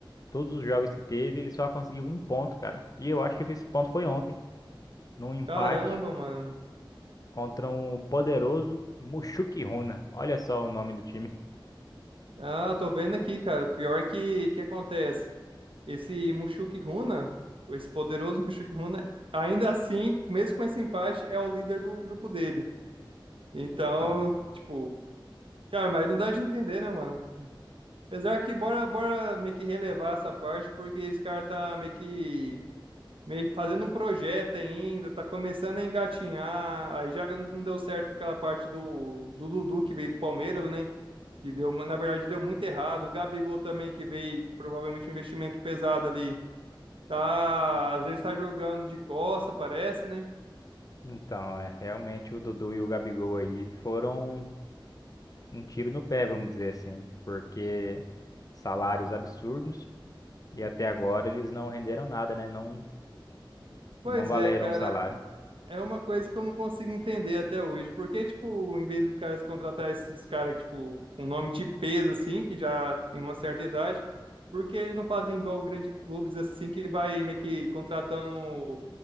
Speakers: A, on the left (about 45°); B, on the right (about 80°).
A: Todos os jogos que teve, ele só conseguiu um ponto, cara. E eu acho que esse ponto foi ontem, num empate
B: Caramba, mano.
A: contra um poderoso Mushuki Runa. Olha só o nome do time.
B: Ah, eu tô vendo aqui, cara. Pior que que acontece. Esse Mushoku Runa, esse poderoso Mushoku Runa, ainda assim, mesmo com esse empate, é o líder do grupo dele. Então,
A: Então,
B: tipo, cara, mas não dá de entender, né, mano? Apesar que bora, bora meio que relevar essa parte, porque esse cara tá meio que meio fazendo um projeto ainda, tá começando a engatinhar. Aí já não deu certo com aquela parte do, do Dudu que veio do Palmeiras, né? que deu, na verdade, deu muito errado. O Gabigol também, que veio provavelmente um investimento pesado ali, tá, às vezes tá jogando de costa, parece, né?
A: então, é realmente o Dudu e o Gabigol aí foram um tiro no pé, vamos dizer assim, porque salários absurdos e até agora eles não renderam nada, né? Não,
B: Pois
A: não valeram
B: é, cara,
A: o salário.
B: é uma coisa que eu não consigo entender até hoje. Porque, tipo, em vez do cara contratar esses caras, tipo, um nome de peso, assim, que já tem uma certa idade, porque eles não fazem igual grandes clubes, assim, que vai meio que contratando